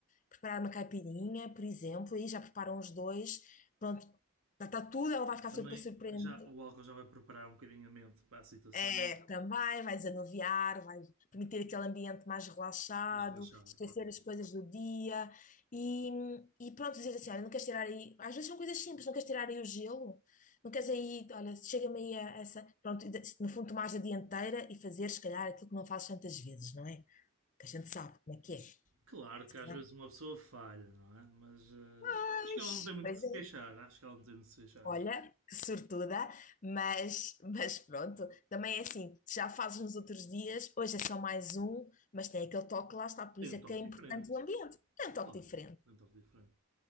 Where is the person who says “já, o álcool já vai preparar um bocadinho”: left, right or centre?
Right